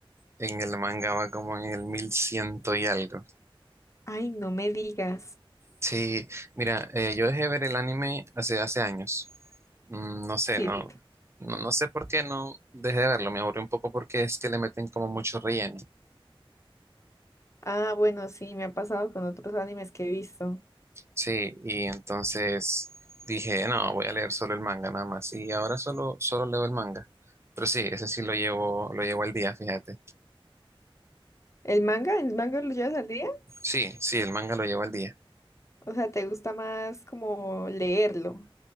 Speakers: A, on the right; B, on the left.
A: en el manga va como en el 1100 y algo.
B: Ay, no me digas.
A: Sí, mira, eh, yo dejé ver el anime hace, hace años. Mm, no sé,
B: Sí.
A: no, no, no sé por qué no dejé de verlo. Me aburrió un poco porque es que le meten como mucho relleno.
B: Ah, bueno, sí, me ha pasado con otros animes que he visto.
A: Sí, y entonces dije, no, voy a leer solo el manga nada más. Y ahora solo, solo leo el manga. Pero sí, ese sí lo llevo, lo llevo al día, fíjate.
B: ¿El manga? ¿El manga lo llevas al día?
A: Sí, sí, el manga lo llevo al día.
B: O sea, ¿te gusta más como leerlo?